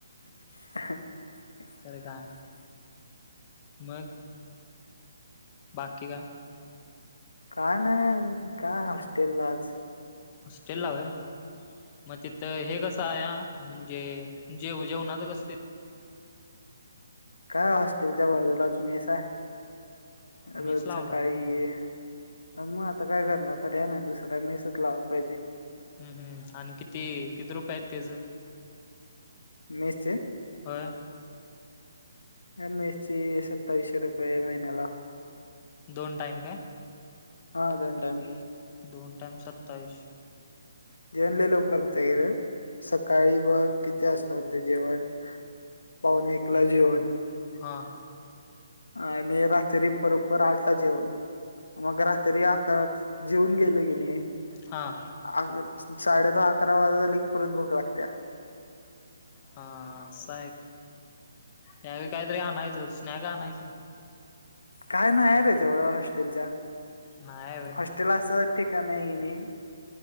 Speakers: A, on the left; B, on the left.
A: ह <unintelligible>
B: तर काय मग? बाकी काय?
A: काय नाही, काय हॉस्टेलाच.
B: हॉस्टेला व्हय? म तिथ हे कस क म्हणजे जेव-जेवणाचं कस-
A: काय हॉस्टेलच्या बाजूलाच मेस हाय. आजच
B: मेस लावलाय
A: सकाळी-
B: व्हय
A: मग आता काय करणार पर्याय नाही दुसरा मेसच लावा पाहिजे.
B: हं, हं, आणि किती किती रुपये आहेत त्याचं?
A: निश्चित <unintelligible>
B: व्हय.
A: मेसचे सत्तावीसशे रुपये महिन्याला.
B: दोन टाइम काय?
A: हा, दोन टाईम.
B: दोन टाइम सत्तावीश
A: जेवण लय लवकर होतय इकडं- सकाळी बघ कितीे असत होते, जेवण पाहूणे एकला जेवण.
B: हां.
A: आणि रात्री बरोबर आठला जेवण. मग रात्री आकारात जेऊन गेले की नाही
B: हा
A: अ साडे दहा अकरा वाजत आले की परत भूक लागते.
B: हा आसयं त्यावेळी काहीतरी आणायचं स्नॅक आणायचं.
A: काय
B: का
A: नाही आहे रे जवळ हॉस्टेलच्या.
B: नाही व्हय
A: हॉस्टेल अस ठिकाणय की नाही